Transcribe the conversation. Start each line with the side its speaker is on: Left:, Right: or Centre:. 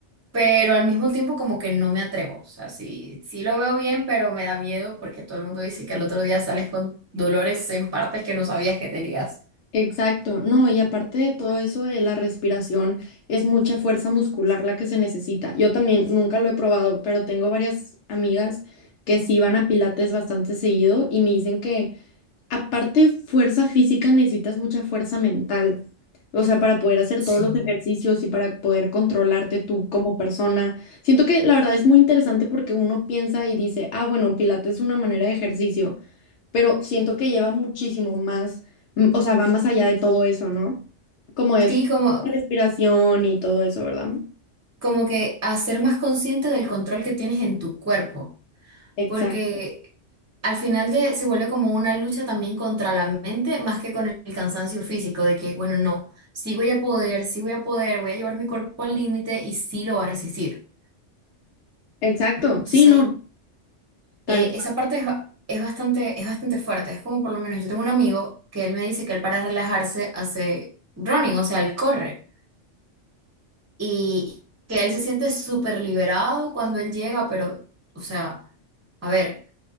Right: pero al mismo tiempo como que no me atrevo. O sea, sí, sí lo veo bien, pero me da miedo porque todo el mundo dice que al otro día sales con dolores en partes que no sabías que tenías.
Left: Exacto, no, y aparte de todo eso de la respiración, es mucha fuerza muscular la que se necesita. Yo también nunca lo he probado, pero tengo varias amigas que sí van a pilates bastante seguido y me dicen que aparte de fuerza física necesitas mucha fuerza mental, o sea, para poder hacer
Right: Sí.
Left: todos los ejercicios y para poder controlarte tú como persona. Siento que la verdad es muy interesante porque uno piensa y dice, ah, bueno, pilates es una manera de ejercicio pero siento que lleva muchísimo más, mm, o sea, va más allá de todo eso, ¿no? Como es
Right: Sí, como,
Left: respiración y todo eso, ¿verdad?
Right: como que hacer más consciente del control que tienes en tu cuerpo,
Left: Exacto,
Right: porque al final de, se vuelve como una lucha también contra la mente, más que con el, el cansancio físico, de que, bueno, no, sí voy a poder, sí voy a poder, voy a llevar mi cuerpo al límite y sí lo va a resistir.
Left: exacto,
Right: Entonces,
Left: sí, no, tal
Right: eh,
Left: cual,
Right: esa parte es, ba- es bastante, es bastante fuerte. Es como por lo menos yo tengo un amigo que él me dice que él para relajarse hace running, o sea, él corre. Y que él se siente súper liberado cuando él llega, pero, o sea, a ver,